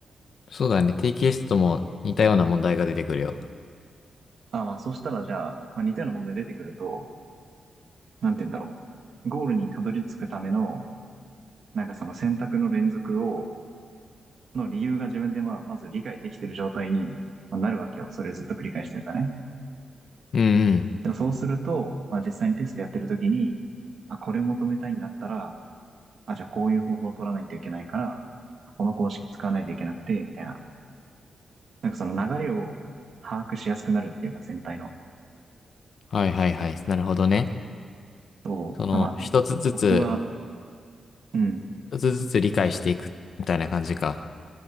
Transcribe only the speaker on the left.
そうだね。定期テストも似たような問題が出てくるよ。
うんうん。
はいはいはい。なるほどね。
その、
一つずつ、
一つずつ理解していく、みたいな感じか。